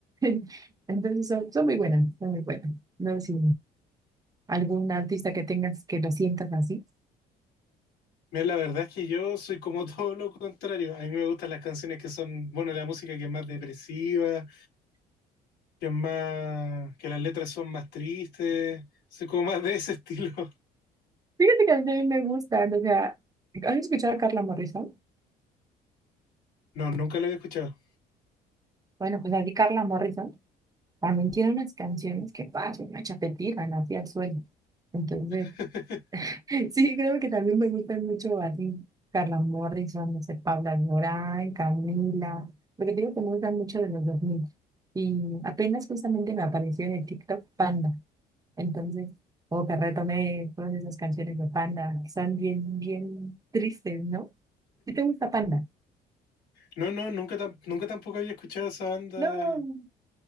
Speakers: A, on the right; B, on the left.
A: <laughs> Entonces, son, son muy buenas, son muy buenas. No sé si algún artista que tengas que lo sientas así.
B: Mira, la verdad es que yo soy como <laughs> todo lo contrario. A mí me gustan las canciones que son, bueno, la música que es más depresiva, que es más, que las letras son más tristes. Soy como más de ese estilo. <laughs>
A: Fíjate que a mí también me gustan, o sea, ¿has escuchado a Carla Morrison?
B: No, nunca lo había escuchado.
A: Bueno, pues así Carla Morrison. También tiene unas canciones que pasan, una chapetita, así al suelo. Entonces,
B: <laughs>
A: <laughs> sí, creo que también me gustan mucho así. Carla Morrison, no sé, Paula Alborán, Camila. Lo que digo que me gustan mucho de los 2000 Y apenas justamente me apareció en el TikTok Panda. Entonces, como que retomé todas esas canciones de Panda, que son bien, bien tristes, ¿no? ¿Sí te gusta Panda?
B: No, no, nunca, tam- nunca tampoco había escuchado esa banda
A: No,